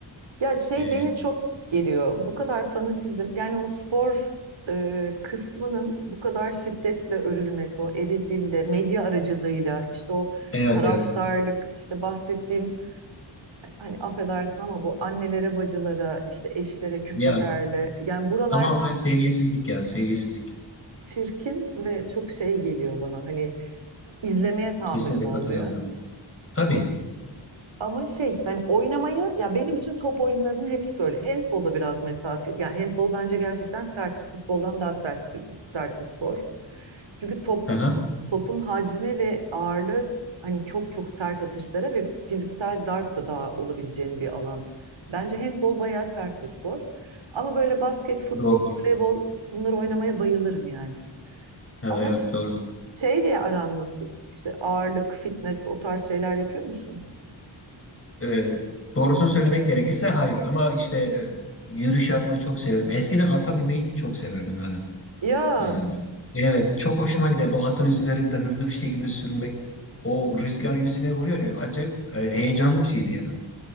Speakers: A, on the right; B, on the left.
A: Ya şey
B: Ee,
A: beni çok geriyor. Bu kadar fanatizm yani o spor e, kısmının bu kadar şiddetle örülmesi, o eril dille, medya aracılığıyla işte o
B: evet
A: taraftarlık,
B: evet.
A: işte bahsettiğim hani affedersin ama bu annelere, bacılara, işte eşlere küfürlerle
B: Ya
A: yani buralar
B: tamamen seviyesizlik ya seviyesizlik.
A: çirkin ve çok şey geliyor bana. Hani izlemeye tahammülüm
B: Kesinlikle
A: olmuyor.
B: katılıyorum. Evet. Tabii.
A: Ama şey hani oynamayı ya benim için top oyunlarının hepsi öyle. Handbola biraz mesafe. Yani handbol bence gerçekten sert. Futboldan daha sert sert bir spor. Çünkü top
B: Hı-hı.
A: topun hacmi ve ağırlığı hani çok çok sert atışlara ve fiziksel darp da daha olabileceğin bir alan. Bence handbol bayağı sert bir spor. Ama böyle basket, futbol,
B: Doğrudur.
A: voleybol bunları oynamaya bayılırım yani.
B: Ha,
A: Ama
B: evet
A: ş-
B: doğrudur.
A: şeyle aran nasıl? İşte ağırlık, fitness o tarz şeyler yapıyor musun?
B: Ee, doğrusunu söylemek gerekirse hayır ama işte e, yürüyüş yapmayı çok severim. Eskiden ata binmeyi çok severdim hala.
A: Ya
B: Ee, Evet, çok hoşuma giderdi. O atın üzerinde hızlı bir şekilde sürmek. O rüzgar yüzüne vuruyor ya. Acayip e, heyecanlı bir şeydi ya.